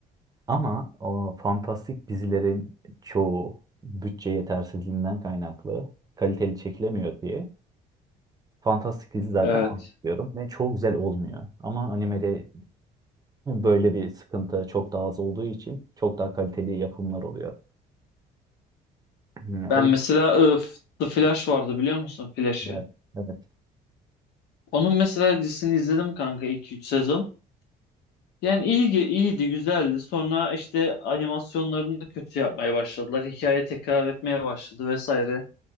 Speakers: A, on the right (about 20°); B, on the left (about 80°).
A: Ama o fantastik dizilerin çoğu bütçe yetersizliğinden kaynaklı kaliteli çekilemiyor diye Fantastik dizi zaten
B: Evet.
A: anlıyorum ve çok güzel olmuyor. Ama animede böyle bir sıkıntı çok daha az olduğu için çok daha kaliteli yapımlar oluyor. Yani o
B: Ben mesela e, F- The Flash vardı biliyor musun Flash'ı?
A: evet. evet.
B: Onun mesela dizisini izledim kanka iki üç sezon. Yani iyi iyiydi, güzeldi. Sonra işte animasyonlarını da kötü yapmaya başladılar. Hikaye tekrar etmeye başladı vesaire.